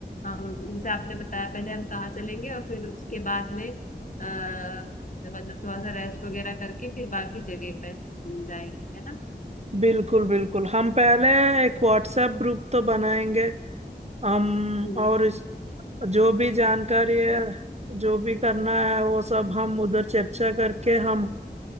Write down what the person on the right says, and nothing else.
बिल्कुल बिल्कुल हम पहले एक व्हाट्सएप ग्रुप तो बनाएंगे हम
और इस जो भी जानकारी है जो भी करना है वो सब हम उधर चर्चा करके हम